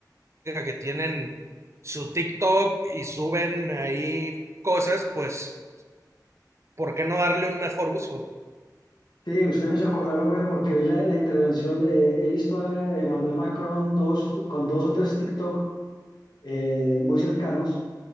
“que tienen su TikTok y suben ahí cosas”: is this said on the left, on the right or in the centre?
Right